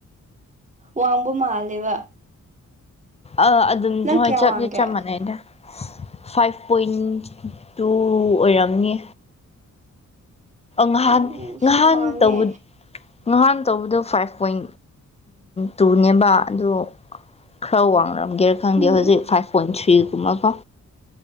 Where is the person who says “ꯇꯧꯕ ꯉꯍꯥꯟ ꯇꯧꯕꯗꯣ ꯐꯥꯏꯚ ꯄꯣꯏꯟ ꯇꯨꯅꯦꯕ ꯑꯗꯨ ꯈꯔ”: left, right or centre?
Left